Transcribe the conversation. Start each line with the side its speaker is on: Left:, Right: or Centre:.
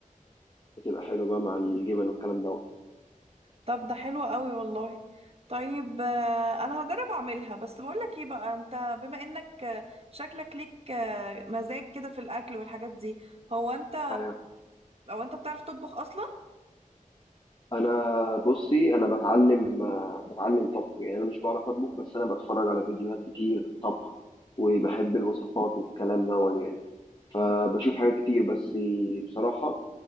Left: بتبقى حلوة بقى مع الجبن والكلام دوت
Right: طب ده حلو قوي والله طيب آه انا هجرب اعملها بس بقول لك ايه بقى انت بما انك آه، شكلك ليك آه، مزاج كده في الاكل والحاجات دي هو انت
Left: أيوه
Right: او انت بتعرف تطبخ اصلا
Left: أنا بصي أنا بتعلم آه، بتعلم طبخ يعني أنا مش بعرف أطبخ بس أنا بتفرج على فيديوهات كتير طبخ وبحب الوصفات والكلام دوت يعني آه، بشوف حاجات كتير بس بصراحة